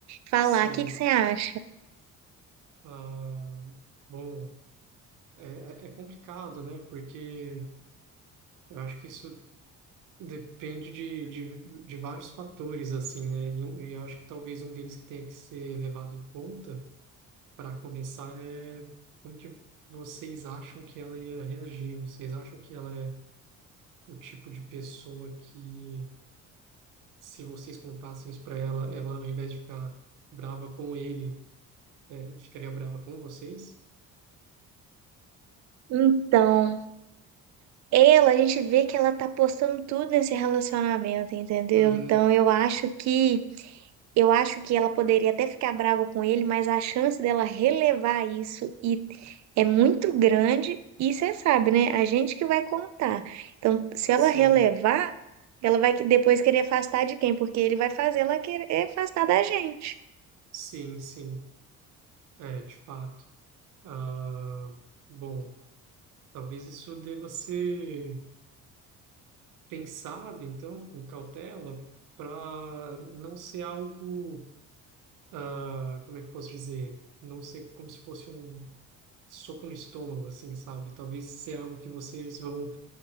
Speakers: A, on the right (about 60°); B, on the right (about 80°).
A: falar.
B: sim.
A: O que que você acha?
B: Ah, bom, é, é é complicado, né? Porque eu acho que isso depende de, de, de vários fatores, assim, né? E, eu- e eu acho que talvez um deles que tenha que ser levado em conta para começar, é como que vocês acham que ela ia reagir? Vocês acham que ela é o tipo de pessoa que, se vocês contassem isso para ela, ela, ao invés de ficar brava com ele, é, ficaria brava com vocês?
A: Então. Ela, a gente vê que ela tá postando tudo nesse relacionamento, entendeu?
B: Uhum,
A: Então eu acho que eu acho que ela poderia até ficar brava com ele, mas a chance dela relevar isso e é muito grande, e você sabe, né? A gente que vai contar. Então, se
B: sim,
A: ela relevar, ela vai que depois querer afastar de quem? Porque ele vai fazer ela querer afastar da gente.
B: sim, sim, é, de fato. Ah, bom, talvez isso deva ser pensado, então, com cautela, para não ser algo ah, como é que eu posso dizer? Não ser como se fosse um soco no estômago, assim, sabe? Talvez seja algo que vocês vão